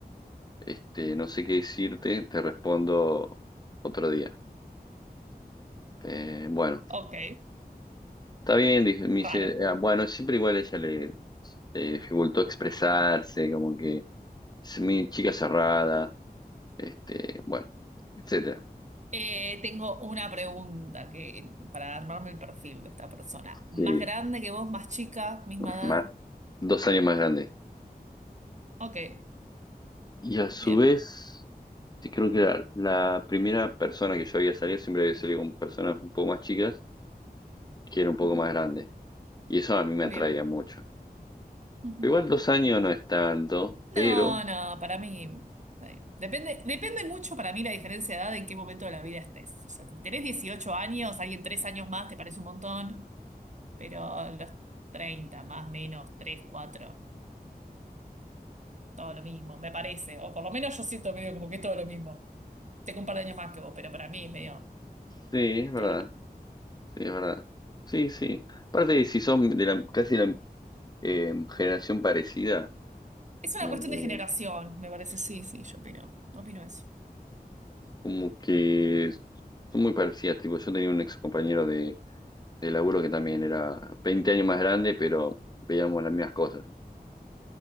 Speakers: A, on the left (about 25°); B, on the right (about 45°).
A: este, no sé qué decirte, te respondo otro día. Eh, bueno,
B: Ok,
A: está bien, dije, me
B: raro.
A: dice, "Ah, bueno, siempre igual ella le, le dificultó expresarse, como que es mi chica cerrada, este, bueno, etcétera.
B: Eh, tengo una pregunta que, para armarme el perfil de esta persona. ¿Más
A: Sí,
B: grande que vos, más chica, misma edad?
A: más, dos años más grande.
B: Ok.
A: Y a su
B: Bien.
A: vez, sí creo que la, la primera persona que yo había salido siempre había salido con personas un poco más chicas, que era un poco
B: Ujú.
A: más grande. Y eso a mí me
B: Bien.
A: atraía mucho.
B: Ujú.
A: Igual dos años no es tanto, pero
B: No, no, para mí. sí. Depende, depende mucho para mí la diferencia de edad en qué momento de la vida estés. O sea, si tenés 18 años, alguien 3 años más te parece un montón, pero los 30 más, menos, 3 4 todo lo mismo, me parece. O por lo menos yo siento medio como que es todo lo mismo. Tengo un par de años más que vos, pero para mí es medio
A: sí, es verdad,
B: todo lo mismo.
A: sí, es verdad. Sí, sí. Aparte, si son de la, casi la eh, generación parecida,
B: Es
A: como
B: una cuestión
A: que,
B: de generación, me parece. Sí, sí, yo opino. Opino eso.
A: como que son muy parecidas. Tipo, yo tenía un ex compañero de, de laburo que también era 20 años más grande, pero veíamos las mismas cosas.